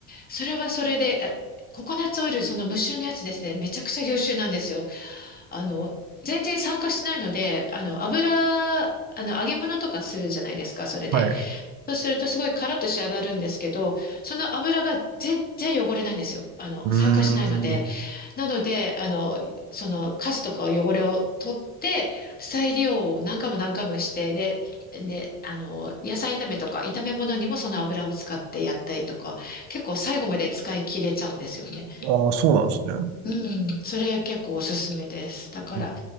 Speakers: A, on the left; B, on the right.
A: それはそれで、あココナッツオイル、その無臭のやつですね、めちゃくちゃ優秀なんですよ。あの、全然酸化しないので、あの、油、あの、揚げ物とかするじゃないですか、それで。
B: はい。
A: そうするとすごいカラッと仕上がるんですけど、その油が全然汚れないんですよ。あの、
B: うー
A: 酸化しないので。
B: ん。
A: なので、あの、そのカスとか汚れを取って、再利用を何回も何回もして、で、で、あの、野菜炒めとか炒め物にもその油を使ってやったりとか、結構最後まで使い切れちゃうんですよね。
B: ああ、そうなんですね。う
A: うん、それ結構おすすめです。だから、
B: ーん、